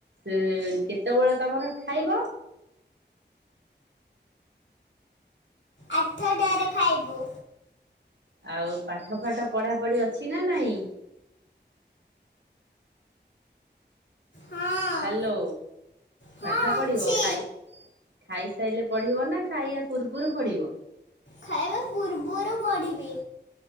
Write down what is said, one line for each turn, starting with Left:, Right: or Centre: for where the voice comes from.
Right: ଉଁ କେତେବେଳେ ତମର ଖାଇବ?
Left: ଆଠ ଟାରେ ଖାଇବୁ।
Right: ଆଉ ପାଠ ଫାଠ ପଢାପଢି ଅଛି ନା ନାହିଁ?
Left: ହଁ
Right: ହାଲୋ
Left: ହଁ
Right: ପାଠ
Left: ଅଛି
Right: ପଡିିବ ଖାଇ ଖାଇସାଇଲେ ପଢିବ ନା ଖାଇବା ପୂର୍ବରୁ ପଢିବ?
Left: ଖାଇବା ପୂର୍ବରୁ ପଡ଼ିବି।